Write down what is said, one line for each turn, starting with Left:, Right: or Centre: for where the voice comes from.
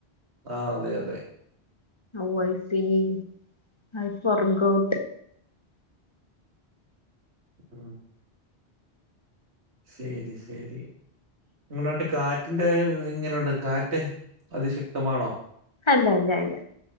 Right: ആഹ അതെ അതെ
Left: വൈ സപ്പ വർക്ക്ഔട്ട്
Right: ആഹ ശരി ശരി നിങ്ങളാട്ട് കാറ്റ് കാറ്റിന്റെ ഇങ്ങനെയുണ്ട് കാറ്റ് അതിശക്തമാണോ
Left: അല്ല അല്ല അല്ല